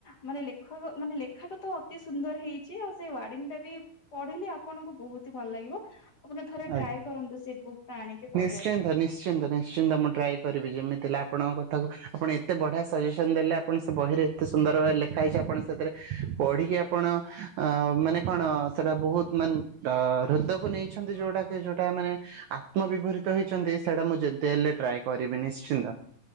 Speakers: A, on the left (about 50°); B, on the right (about 85°).
A: ମାନେ ଲେ ଅ ମାନେ ଲେଖାଟା ତ ଅତି ସୁନ୍ଦର ହେଇଛି। ଆଉ ସେ ୱାର୍ଡିଙ୍ଗ ଟା ବି ପଢିଲେ ଆପଣଙ୍କୁ ବହୁତି ଭଲ ଲାଗିବ। ଆପଣ ଥରେ
B: ଆଜ୍ଞା।
A: ଟ୍ରାଏ କରନ୍ତୁ, ସେ ବୁକ୍ ଟା ଆଣିକି। ପଢିବା
B: ନିଶ୍ଚିନ୍ତ,
A: ପାଇଁ।
B: ନିଶ୍ଚିନ୍ତ, ନିଶ୍ଚିନ୍ତ। ମୁଁ ଟ୍ରାଏ କରିବି ଯେମିତି ହେଲେ ଆପଣଙ୍କ କଥାକୁ, ଆପଣ ଏ ଏତେ ବଢିଆ ସଜେସନ୍ ଦେଲେ, ଆପଣ ସେ ବହିରେ ଏତେ ସୁନ୍ଦର ଭାବେ ଲେଖା ହେଇଛି। ଆପଣ ସେଥିରେ ପଢିକି ଆପ୍ ଆପଣ ଅ, ମାନେ କଣ, ସେଟା ବହୁତ ମାନେ ଅ ହୃଦକୁ ନେଇଛନ୍ତି, ଯୋଉଟା ଯୋଉଟା ମାନେ ଆତ୍ମବିଭରିତ ହେଇଛନ୍ତି, ସେଇଟା ମୁଁ ଯେତେ ହେଲେ ଟ୍ରାଏ କରିବି ନିଶ୍ଚିନ୍ତ।